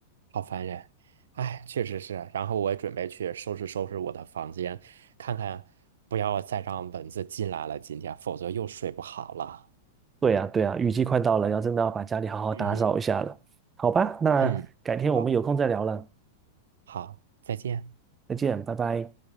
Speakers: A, on the right (about 85°); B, on the right (about 15°).
A: 好烦人，哎，确实是。然后我也准备去收拾收拾我的房间，看看不要再让蚊子进来了，今天，否则又睡不好了。
B: 对呀，对呀，雨季快到了，要真的要把家里好好打扫一下了。
A: 嗯
B: 好吧，那改天我们有空再聊了，
A: 嗯，好，好，再见。
B: 再见，拜拜。